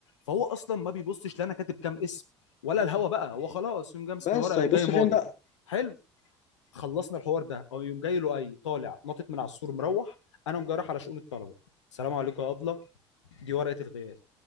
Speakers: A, on the left (about 75°); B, on the left (about 50°).
A: فهو اصلا ما بيبصش لا انا كاتب كام اسم ولا الهوا بقى هو خلاص يقوم جاي ماسك
B: بس
A: الورقه يقوم
B: هيبص
A: جاي ماضي
B: فين بقى
A: حلو خلصنا الحوار ده او يقوم جاي له اي طالع نطت من على السور مروح انا قوم جاي رايح على شؤون الطلبه السلام عليكم يا ابله دي ورقه الغياب